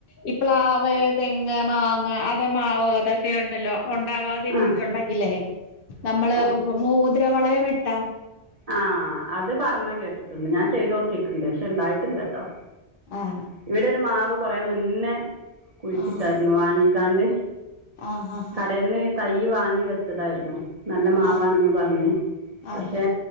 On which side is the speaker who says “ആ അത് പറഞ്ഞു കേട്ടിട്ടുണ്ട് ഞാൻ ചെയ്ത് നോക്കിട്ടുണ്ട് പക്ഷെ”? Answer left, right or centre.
Right